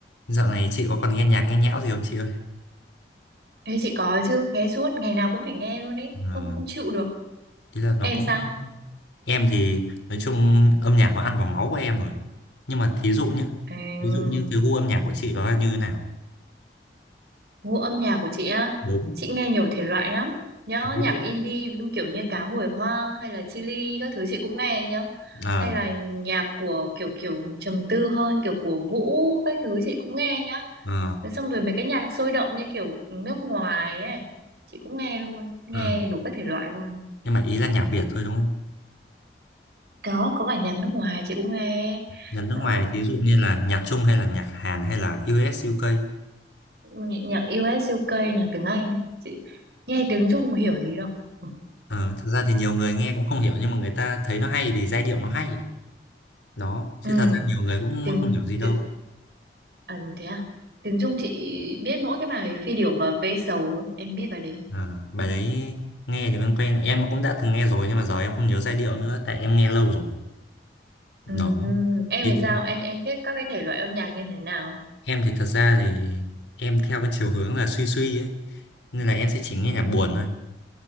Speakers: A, on the left; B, on the right.
A: Dạo này chị có còn nghe nhạc nghe nhẽo gì không chị ơi?
B: Ê, chị có chứ, nghe suốt, ngày nào cũng phải nghe luôn ấy,
A: Ờ,
B: không không chịu được.
A: Ý là
B: Em
A: nó cũng
B: sao?
A: em thì nói chung âm nhạc nó ăn vào máu của em rồi. Nhưng mà thí dụ nhé,
B: À,
A: ví dụ như cái gu âm nhạc của chị nó là như thế nào?
B: gu âm nhạc của chị á,
A: Đúng.
B: chị nghe nhiều thể loại lắm. Nhớ
A: Ví
B: nhạc
A: dụ
B: indie kiểu như Cá Hồi Hoang hay là Chillies các thứ chị cũng nghe nhá.
A: ờ
B: Hay là nhạc của kiểu kiểu trầm tư hơn, kiểu của Vũ các thứ chị cũng nghe nhá.
A: ờ
B: Thế Xong rồi mấy cái nhạc sôi động như kiểu nước ngoài ấy, chị cũng nghe luôn, nghe
A: ờ
B: đủ các thể loại luôn.
A: nhưng mà ý là nhạc Việt thôi đúng không?
B: Có, có cả nhạc nước ngoài chị cũng nghe.
A: Nhạc nước
B: Ờ,
A: ngoài thí dụ như là nhạc Trung hay là nhạc Hàn hay là US UK.
B: Nhạc nhạc US UK, nhạc tiếng Anh ấy. Chị nghe tiếng Trung hiểu gì đâu. Ừ,
A: Ờ, thật ra thì nhiều người nghe cũng không hiểu nhưng mà người ta thấy nó hay vì giai điệu nó hay. Đó, chứ
B: Ừ,
A: thật ra nhiều người cũng
B: tiếng,
A: không hiểu gì đâu.
B: tiếng à, thế à? Tiếng Trung chị biết mỗi cái bài Phi điểu và Ve sầu ấy. Em biết bài đấy không?
A: À, bài đấy nghe thì quen quen em cũng đã từng nghe rồi nhưng mà giờ em không nhớ giai điệu nữa tại em nghe lâu rồi đó
B: Ừ, em
A: Ý-
B: thì sao? Em em thích các cái thể loại âm nhạc như thế nào?
A: em thì thật ra thì em theo cái chiều hướng là suy suy ấy nên là em sẽ chỉ nghe nhạc buồn thôi